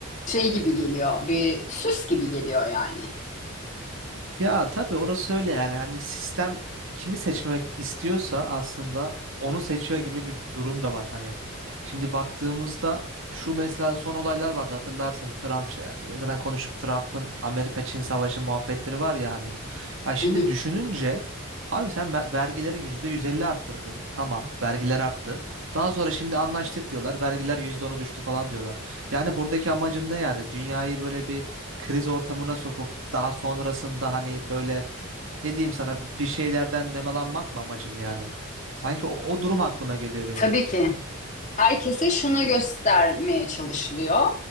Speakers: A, on the left (about 35°); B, on the right (about 65°).
A: şey gibi geliyor. Bir süs gibi geliyor yani.
B: Ya tabii orası öyle yani hani sistem kimi seçmek istiyorsa aslında onu seçiyor gibi bir durum da var. Hani şimdi baktığımızda şu mesela son olaylar vardı hatırlarsın Trump işte zaten konuştuk Trump'ın Amerika-Çin savaşı muhabbetleri var ya hani. Ya şimdi
A: Hı hı.
B: düşününce abi sen me- vergileri %150 arttırdın tamam vergiler arttı. Daha sonra şimdi anlaştık diyorlar vergiler yüzde ona düştü falan diyorlar. Yani buradaki amacın ne yani dünyayı böyle bir kriz ortamına sokup daha sonrasında hani böyle ne diyeyim sana bir şeylerden nemalanmak mı amacın yani? Sanki o, o durum aklıma geliyor benim.
A: Tabii ki. Herkese şunu göstermeye çalışılıyor.